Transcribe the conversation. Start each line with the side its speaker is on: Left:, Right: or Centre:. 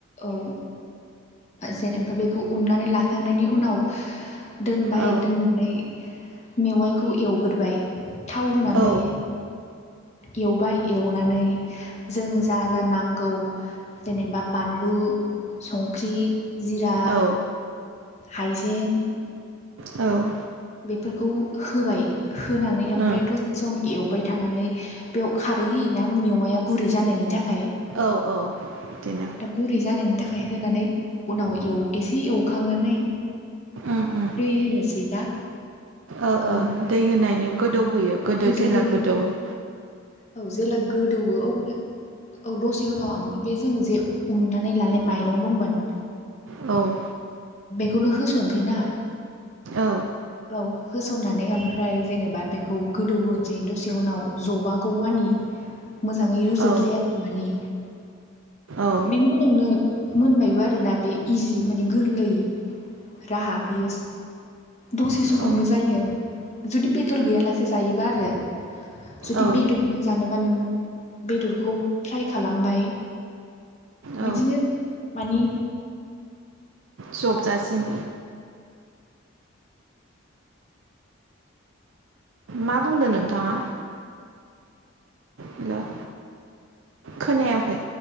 Left: औ। जेनेबा बेखौ उन्नानै लाखांनायनि उनाव दोनबाय
Right: औ
Left: दोननानै मेवाइखौ एवग्रोबाय थाव होनानै
Right: औ
Left: एवबाय एवनानै जों जा जा नांगौ जेनेबा बानलु संख्रि जिरा
Right: औ
Left: हाइजें
Right: औ
Left: बेफोरखौ होबाय होनानै ओमफ्राय
Right: ओ
Left: दसे सम एवबाय थानानै बेयाव खारै होयोना मेवाया गुरै जानायनि थाख खाय
Right: औ औ बिदिनो
Left: दा गुरै जानायनि थाखाय होनानै उनाव एव एसे एवखांनानै
Right: उम उम
Left: दै होनोसै दा
Right: ओ
Left: औ
Right: ओ दै होनायनि गोदौहोयो गोदो
Left: गोदौहोयो
Right: जेला गोदौवो।
Left: औ जेला गोदौवो अब्ला औ दसे उनाव ओम बे जों जे उननानै लानाय माइरं दंमोन
Right: औ
Left: खौनो होस'नसैना
Right: औ
Left: औ होस'ननानै ओमफ्राय जेनेबा बेखौ गोदौहोसै दसे उनाव जबागौ मानि मोजाङै रोजोब
Right: औ
Left: जायाखै माने
Right: औ
Left: बेनि उनावनो मोनबायबो आरोना बे इजि माने गोरलै राहा बेयो दसे समावनो
Right: औ
Left: जायो। जुदि बेदर गैयालासे जायोबा आरो जुदि
Right: औ
Left: बेदरजों जानोबा नों बेदरखौ फ्राय खालामबाय
Right: औ
Left: बिदिनो माने
Right: जबजासिम मा बुंदो नोंथाङा? हेल' खोनायाखै